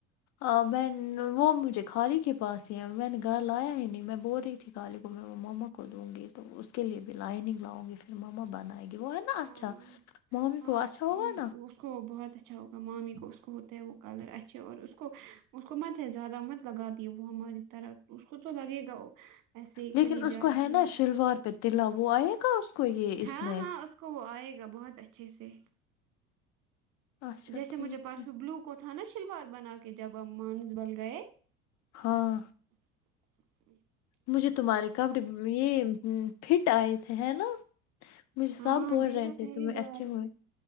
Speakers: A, on the left; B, on the right.
A: آں میں نن وہ مجھے خالی کے پاس ہی میں نے گھر لایا ہی نہیں میں بول رہی تھی خالی کو میں مما کو دونگی تو اس کے لیے بھی لائنگ لاؤ گی پھر مما بنائے گی وہ ہے نا
B: ہاں
A: اچھا ممی
B: ہاں
A: کو
B: اس
A: اچھا ہوگا نا
B: اس کو بہت اچھا ہوگا مامی کو اس کو ہوتے ہیں وہ کلر اچھے اور اس کو اس کو مت ہے زیادہ مت لگا دیے وہ ہماری طرح اس کو تو لگے گا وہ ایسے ہی
A: لیکن
B: کہیں
A: اس
B: جاتی
A: کو ہے نا شلوار پہ تلا وہ آئے گا اس کو یہ اس
B: ہاں
A: میں
B: ہاں اس کو وہ آئے گا بہت اچھے سے
A: اچھا
B: جیسے
A: ٹھیک
B: مجھے پرسوں
A: ہے
B: بلو کو تھا نا شلوار بنا کے جب ہم مانسبل گئے
A: ہاں
B: ا <inaudible>
A: مجھے تمہارے کپڑے یہ فٹ آئے تھے ہے نا مجھے سب
B: ہاں
A: بول
B: دیکھا
A: رہے تھے
B: پہلی
A: تو وہ
B: بار
A: اچھے ہوئے